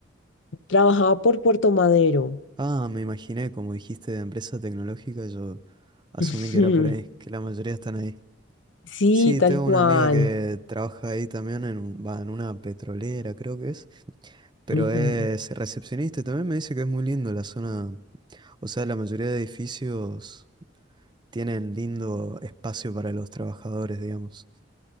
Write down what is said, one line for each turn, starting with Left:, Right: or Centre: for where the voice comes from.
Left: Trabajaba por Puerto Madero.
Right: Ah, me imaginé, como dijiste, de empresa tecnológica, yo asumí
Left: <laughs>
Right: que
Left: Ujú.
Right: era por ahí, que la mayoría están ahí.
Left: Sí,
Right: Sí,
Left: tal
Right: tengo
Left: cual.
Right: una amiga que trabaja ahí también, en, un- va, en una petrolera creo que es, pero
Left: Ujú.
Right: es recepcionista y también me dice que es muy lindo la zona, o sea, la mayoría de edificios tienen lindo espacio para los trabajadores, digamos.